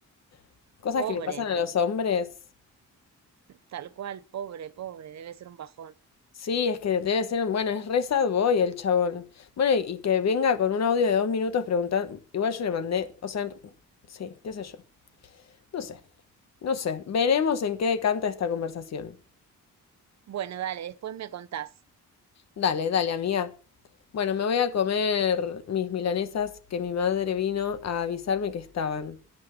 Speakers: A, on the left; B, on the right.
A: <laughs> cosas
B: Pobre,
A: que le pasan a los hombres.
B: tal cual, pobre, pobre, debe ser un bajón.
A: Sí, es que debe ser, un- bueno, es re sad boy el chabón. Bueno, y, y que venga con un audio de dos minutos preguntando, igual yo le mandé, o sea, en- sí, qué sé yo. No sé, no sé, veremos en qué decanta esta conversación.
B: Bueno, dale, después me contás.
A: Dale, dale, amiga. Bueno, me voy a comer mis milanesas que mi madre vino a avisarme que estaban.